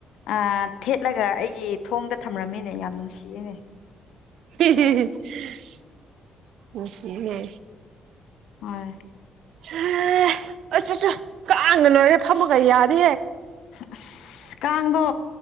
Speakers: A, on the left; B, on the right.
A: ꯑ ꯊꯦꯠꯂꯒ ꯑꯩꯒꯤ ꯊꯣꯡꯗ ꯊꯝꯔꯝꯃꯤꯅꯦ ꯌꯥꯝ ꯅꯨꯡꯁꯤꯌꯦꯅꯦ
B: <unintelligible> ꯅꯨꯡꯁꯤꯍꯦ
A: ꯍꯣꯏ
B: ꯑꯦ ꯑꯁꯨꯠꯁꯨ ꯀꯥꯡꯅ ꯂꯣꯏꯔꯦ ꯐꯝꯃꯒ ꯌꯥꯗꯤꯍꯦ
A: ꯑꯁ ꯀꯥꯡꯗꯣ